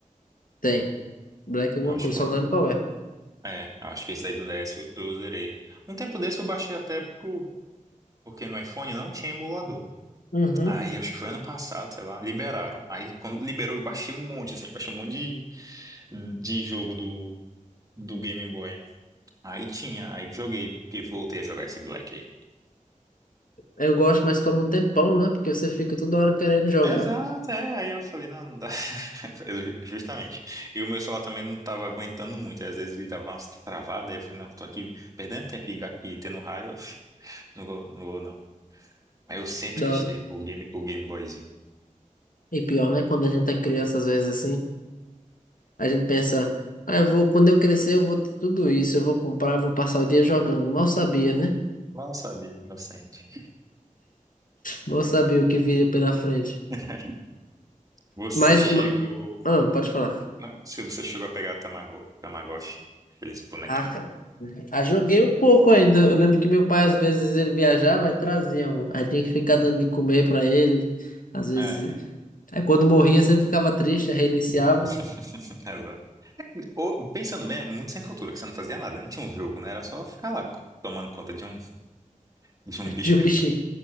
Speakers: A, on the left (about 85°); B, on the right (about 25°).
A: Tem. Black alguma
B: Eu acho
A: coisa,
B: que foi.
A: só não lembro qual é.
B: É, eu acho que esse daí do DS eu, eu zerei. Um tempo desse eu baixei até pro. Porque no iPhone não tinha emulador.
A: Uhum.
B: Aí acho que foi ano passado, sei lá, liberaram. Aí quando liberou, eu baixei um monte, assim, baixei um monte de jogo do, do Game Boy. Aí tinha, aí joguei, porque voltei a jogar esse Black aí.
A: Eu gosto, mas toma um tempão, né? Porque você fica toda hora querendo jogar.
B: Exato, é, aí eu falei, não, não dá. <laughs> Eu- Justamente. E o meu celular também não tava aguentando muito, às vezes ele dava umas travadas, aí eu falei, não, tô aqui perdendo tempo e, ga- e tendo raiva, <laughs> não vou, não vou não. Aí eu sempre
A: Da
B: quis
A: hora.
B: ter, pô, o Game, o Game Boyzinho.
A: E pior, né? Quando a gente é criança, às vezes assim A gente pensa, ah, eu vou, quando eu crescer, eu vou ter tudo isso, eu vou comprar, eu vou passar o dia jogando. Mal sabia, né?
B: Mal sabia, inocente.
A: Mal sabia o que viria pela frente.
B: <laughs> Você
A: Mas,
B: chegou.
A: ma- ah, pode falar.
B: Não, se você chegou a pegar Tamago... Tamagotchi, aquele bonequinho.
A: Ah, cara, ah, joguei um pouco ainda. Eu lembro que meu pai, às vezes, ele viajava e trazia um. Aí tinha que ficar dando de comer pra ele. Às vezes.
B: É,
A: Aí quando morria, sempre ficava triste, aí reiniciava
B: <laughs> exato. Ou- pensando bem, é muito sem futuro, que você não fazia nada, não tinha um jogo, né? Era só ficar lá co- tomando conta de um, <laughs> de um
A: <laughs>
B: bicho
A: de um
B: virtual.
A: bichinho.